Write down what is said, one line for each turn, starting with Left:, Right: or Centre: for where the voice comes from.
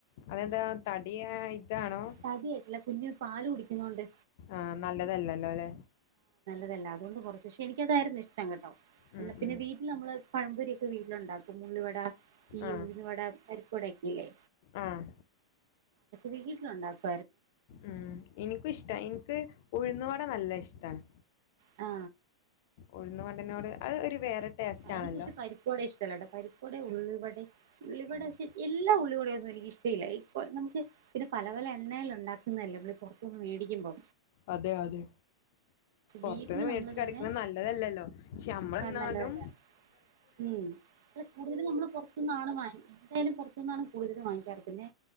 Left: അതെന്താ തടി ആയിട്ടാണോ?
Right: പതിയായിട്ടില്ല കുഞ്ഞു പാൽ കുടിക്കുന്നോണ്ട്
Left: ആ നല്ലതല്ലല്ലോ അല്ലെ
Right: അതല്ല അതുകൊണ്ട് കുറച്ചു പക്ഷെ എനിക്കതായിരുന്നു ഇഷ്ടം കേട്ടോ എന്ന
Left: ഉം
Right: പിന്ന
Left: ഉം
Right: വീട്ടിൽ നമ്മൾ പഴംപൊരി ഒക്കെ വീട്ടിലുണ്ടാക്കും ഉള്ളിവട ഈ
Left: ആഹ്
Right: ഉഴുന്നുവട പരിപ്പുവടയൊക്കെ ഇല്ലേ
Left: ആഹ്
Right: വീട്ടിലുണ്ടാക്കും
Left: ഉം എനിക്ക് ഇഷ്ടാ എനിക്ക് ഉഴുന്നുവട നല്ല ഇഷ്ടാണ്
Right: ആ
Left: ഉഴുന്നവടനോട് അത് ഒരു വേറെ ടേസ്റ്റ്
Right: എനിക്ക്
Left: ആണല്ലോ.
Right: പക്ഷേ പരിപ്പുവട ഇഷ്ടമല്ലാട്ടോ പരിപ്പോടെ ഉള്ളിവട ഉള്ളിവട
Left: ആഹ്
Right: എല്ലാം ഉള്ളിവടയൊന്നും എനിക്ക് ഇഷ്ടം ഇല്ല നമുക്ക് പിന്നെ പല പല എണ്ണകൾ ഉണ്ടാക്കുന്നതല്ലേ ഇവർ പുറത്തുനിന്ന് മേടിക്കുമ്പോ
Left: അതെ അതെ പുറത്തുന്ന്
Right: വീട്ടില്
Left: മേടച്ച്
Right: നമ്മള്
Left: കഴിക്കുന്നത്
Right: തന്നെ
Left: നല്ലതല്ലല്ലോ പക്ഷെ നമ്മൾ എന്നാലും
Right: നല്ലതല്ല ഉം അ കൂടുതൽ നമ്മൾ പുറത്തു നിന്നാണ് വാങ്ങ എന്തായാലും ആണ് കൂടുതലും വാങ്ങിക്കാറ് പിന്നെ